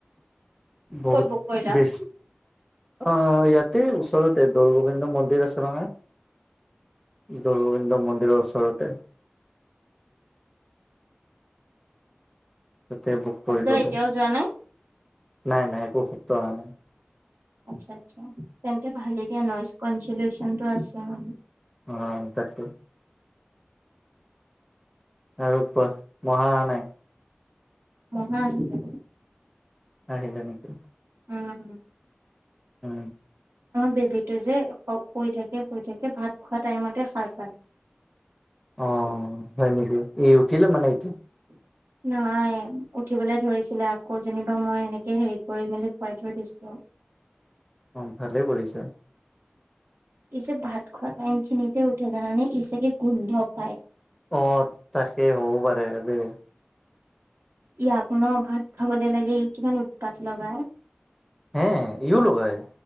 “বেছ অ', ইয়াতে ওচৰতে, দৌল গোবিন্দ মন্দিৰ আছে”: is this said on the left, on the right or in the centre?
Centre